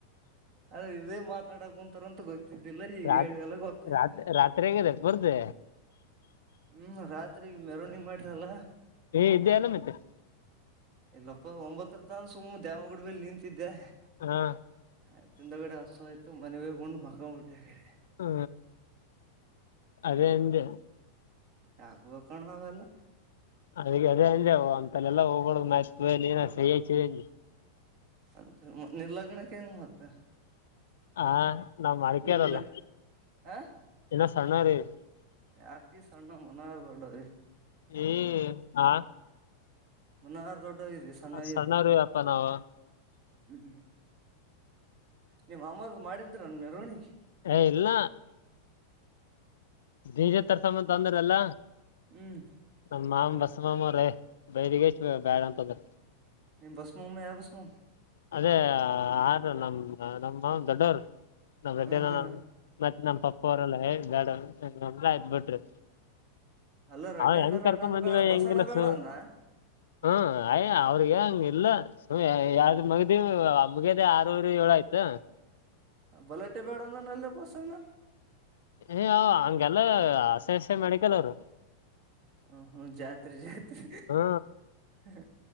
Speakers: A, on the right; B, on the left.
A: ಆದ್ರೆ ಇದೇ ಮಾತಾಡಕ ಕುಂತಾರ ಅಂತ ಗೊ್ ಗತಿದ್ದಿಲ್ಲ ಈಗ
B: ರಾತ್
A: ಹೇಳಿದೆಲ್ಲ ಗೊತ್ತೈ್ತೆ
B: ರಾತ್ ರಾತ್ರಿ ಆಗಿದೆ ಬರ್ತೇ
A: ಹೂ ರಾತ್ರಿ ಮೆರವಣಿಗೆ ಮಾಡಟ್ರಲ್ಲ
B: ಏ ಇದೇ ಎಲ್ಲ ಮಂತೆೆ
A: ಇಲ್ಲಪ್ಪ ಒಂಬತ್ತರ ತಾನ ಸುಮ್ಮ್ನೆ ದೇವಂಗುಡ ಬೆಲ್ಲಿ ನಿಂತಿದ್ದೆ
B: ಹಾ
A: ಆಯ್ತುಂದಗಡೆ ಹಸು ಆಯ್ತು ಮನವಿೇಗುೊಂಡ್ ಮಕ್ಕ್ ಮುಟ್ಟೆಬೇಡಿ
B: ಹೂ ಅವೇ ಅಂದೇ
A: ಯಾಕಬೇಕ ಕಣ್ಣ ಅವೆಲ್ಲ
B: ಅದ ಅದೇ ಅಂದ್ರೆ ಅಂತಲ್ಲಾ ಹೋಗ್ಬಡ್ ಮಏನ ಸಹ ಹ್ಿದೆ ಅಏಿ
A: ಅಂತ ನಿರ್ಲಗ್ನಕ್ಕೆ ಹೆಂಗ ಮತ್ತ
B: ಹ ನಾವ್ ಮಾಡಿಕ್ಯಾರಲ್ಲ
A: ನಿನ್ ಲ ಆ
B: ಇನ್ನ ಸಣ್ಣೊ ರೀ
A: ಯಾಕಿ ಸಣ್ಣ ಮನೋರ್ ದೊಡ್ಡೊರ್
B: ಏ ಹ
A: ಮ ನಾರ್ ದೊಡ್ಡ ಇದ ಸಣ್ಣ್
B: ಸಣ್ಣವ್ರಿ ಅಪ್ಪ ನಾವು
A: ಹ್ಮ್ ನಿಮ್ಮ ಅಮ್ಮರದ ಮಾಡಿದ್ರೆನ್ ಮೆರೋಣಿಗೆ.
B: ಏ ಇಲ್ಲ ಬೇಜ ತರ್ಸಮ್ಮ ತೊಂದ್ರ ಅಲ್ಲ.
A: ಹ್ಮ್
B: ನಮ್ಮ್ ಮಾಮ ಬಸ ಮಾಮವ್ರೇ ಬೈದಗ ಎಷ್ಟ ಬ್ಯಾಡ ಅಂತದ್ರ.
A: ನಿಮ್ ಬಸ್ಮೋ ಮ ಯಾವ ಬಸ್ಮೋ
B: ಅದೇ ಆರ ನಮ್ಮ ನಮ್ಮ ದೊಡ್ಡರು ನಮ್ಮ್ ದೊಡ್ಡನ
A: ಹಾ ಹಾ
B: ಮತ್ತ್ ನಮ್ಮ ಪಪ್ಪ ಅವ್ರಲ್ಲಾ ಯೇ ಬೇಡಂದ್ರ ಆಯ್ ಬಿಟ್ರೂ
A: ಅಲ್ಲೋ ರಡ್ಡಿ
B: ಹ ಹೆಂಗ
A: ಅಣ್ಣಾರ
B: ಕರ್ಕೊ
A: ಅಣ್ಣಾನು
B: ಬಂದಿವ
A: ಬೇಡ
B: ಹೆಂಗಸಲ್ಲ
A: ಬಸಣ್ಣ ಬೇಡ
B: ಸ
A: ಅಂದ್ನಾ
B: ಹ್ಮ್ ಅಯ ಅವ್ರಿಗೆ ಅಂಗಿಲ್ಲ ಸು ಯಾವ್ದ ಮಗಿ <unintelligible> ಮುಗಿಯೊದೆ ಆರುವರೆ ಏಳು ಆಯ್ತು.
A: ಬಲಹಟಿ ಬೇಡ ಅಂದೆಲ್ಲ ಬಸಣ್ಣ
B: ಏ ಹಂಗೆಲ್ಲ ಆಸೆ ಹಸೆ ಮಾಡಿಕಲ್ ಅವ್ರು
A: ಹ್ಮ್ ಹ್ಮ್ ಜಾತ್ರೆ ಜಾತ್ರೆ
B: ಹಾ
A: ಹ